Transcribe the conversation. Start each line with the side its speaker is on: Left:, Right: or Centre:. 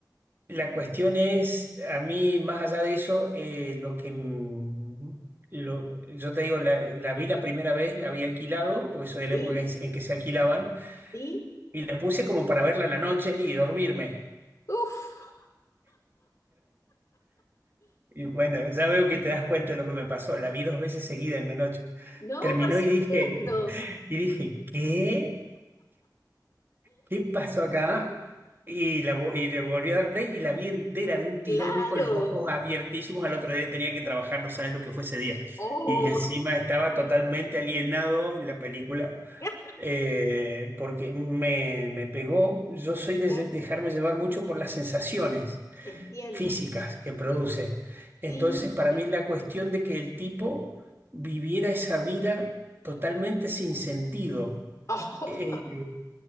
Right: La cuestión es, a mí, más allá de eso, eh, lo que... mm, lo- yo te digo, la, la vi la primera vez, la había alquilado, porque soy de
Left: Sí,
Right: la época en, en que se alquilaban,
Left: sí.
Right: y la puse como para verla a la noche y dormirme.
Left: Uf,
Right: Y bueno, ya veo que te das cuenta de lo que me pasó. La vi dos veces seguida en la noche.
Left: no,
Right: Terminó
Left: por supuesto.
Right: y dije, <laughs> y dije, ¿qué? ¿Qué pasó acá? Y, la, vo- y le volví a dar play y la vi entera de un tirón
Left: Claro.
Right: con los ojos abiertísimos. Al otro día tenía que trabajar, no sabes lo que fue ese día.
Left: Oh,
Right: Y encima estaba totalmente alienado en la película
Left: ya,
Right: eh, porque me, me pegó. Yo soy de
Left: ya,
Right: de dejarme llevar mucho por las sensaciones
Left: entiendo.
Right: físicas que produce. Entonces,
Left: Sí,
Right: para
Left: sí.
Right: mí es la cuestión de que el tipo viviera esa vida totalmente sin sentido,
Left: Oh,
Right: eh,